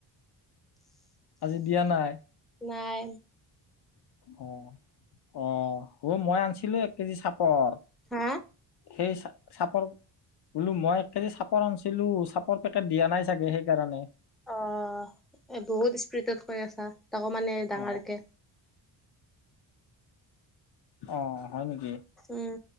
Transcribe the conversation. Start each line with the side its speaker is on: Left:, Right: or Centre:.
Left: আজি দিয়া নাই।
Centre: নাই
Left: অ অ, হ মই আনছিলো এক কেজি চাপৰ।
Centre: হা
Left: সেই চ চাপৰ বোলো মই এক কেজি চাপৰ আনিছিলো। চাপৰ দিয়া নাই চাগে সেইকাৰণে।
Centre: অ এ বহুত স্পীডত কৈ আছা তাকো মানে ডাঙৰকে।
Left: অ অ, হয় নেকি?
Centre: উম,